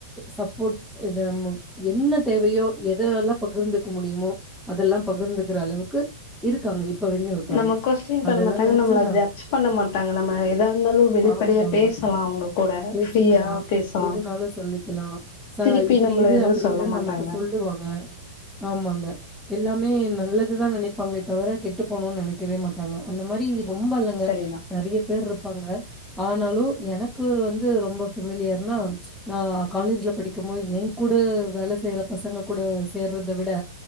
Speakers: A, in the centre; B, on the left (about 45°).
A: சப்போட் இது நம்ம என்ன தேவையோ எதெல்லா பகிர்ந்துக்க முடியுமோ அதெல்லா பகிர்ந்துக்கற அளவுக்கு இருக்காங்க இப்ப வரையு இருக்காங்க
B: நம்ம கொஸ்டின் பண்ண
A: அதெல்லா
B: மாட்டாங்க
A: நெனச்சு
B: நம்மள
A: நா
B: ஜட்ஜ் பண்ண மாட்டாங்க நம்ம எதா இருந்தாலு வெளிப்படையா
A: அ ஆமாங்க
B: பேசலா அவங்க கூட
A: பேசிக்கலா
B: ஃப்ரீயா பேசலா
A: எதுனாலு ச சொல்லிக்கலா சா
B: திருப்பி
A: இப்படி
B: நம்மள
A: இரு
B: எதுவு
A: அப்படி
B: சொல்ல
A: இருன்னு
B: மாட்டாங்க
A: நமக்கு சொல்லுவாங்க ஆமா ங்க எல்லாமே நல்லதுதா நெனைப்பாங்களே தவர கெட்டு போணுன்னு நெனைக்க க்கவே மாட்டாங்க அந்த மாரி ரொம்பல்லங்க
B: ஆமா சரிதா
A: நெறய பேர் இருப்பாங்க ஆனாலு எனக்கு வந்து ரொம்ப பெமிலியர்னா நா காலேஜ்ல படிக்கும்போது ஏன் கூட வேல செய்ற பசங்க கூட சேர்றத விட